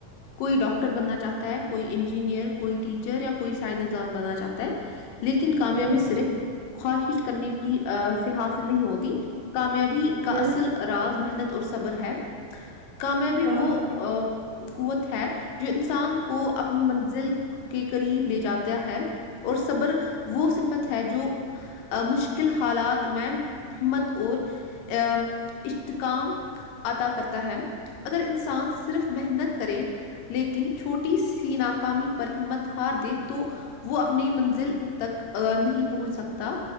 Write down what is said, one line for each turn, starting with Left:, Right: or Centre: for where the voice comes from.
Left: کوئی ڈاکٹر بننا چاہتا ہے کوئی <unintelligible> انجینئر کوئی ٹیچر یا کوئی سائنسدان بنا چاہتا ہے <unintelligible> ا <unintelligible> لیکن کامیابی
Right: ہوں
Left: صرف خواہش کرنے <unintelligible> کی آف <unintelligible> سے حاصل نہیں ہوتی کامیابی
Right: ہوں
Left: کا اصل راز محنت اور صبر ہے <unintelligible> کام ہے بھی
Right: ہاں
Left: وہ <unintelligible> قوت ہے جو انسان کو اپ <unintelligible> اپنی منزل کے قریب لے جاتا ہے اور صبر وہ صفت ہے جو مشکل حالات میں ہمت اور ا اشتکام عطا کرتا ہے اگر انسان صرف محنت کرے لیکن چھوٹی <unintelligible> ناکامی پر ہمت ہار دے تو وہ اپنی منزل تک نہیں پہنچ سکتا